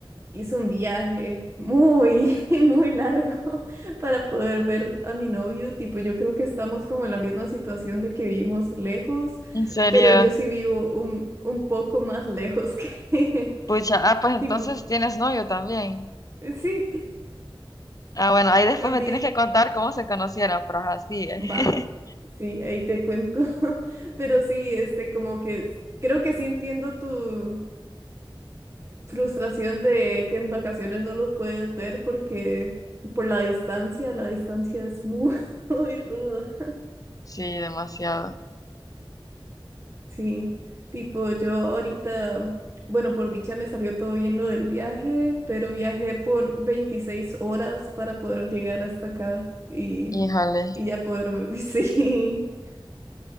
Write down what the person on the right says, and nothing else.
hice un viaje muy, <laughs> muy largo para poder ver a mi novio. Tipo, yo creo que estamos como en la misma situación de que vivimos lejos,
pero yo sí vivo un, un poco más lejos que... <laughs>
Tipo,
sí,
también.
Va,
sí, ahí te cuento. <laughs> Pero sí, este, como que creo que sí entiendo tu frustración de que en vacaciones no lo puedes ver porque por la distancia, la distancia es muy, <laughs> muy ruda.
Sí, tipo yo ahorita, bueno, por dicha me salió todo bien lo del viaje, pero viajé por 26 horas para poder llegar hasta acá y,
y ya poder, <laughs> sí,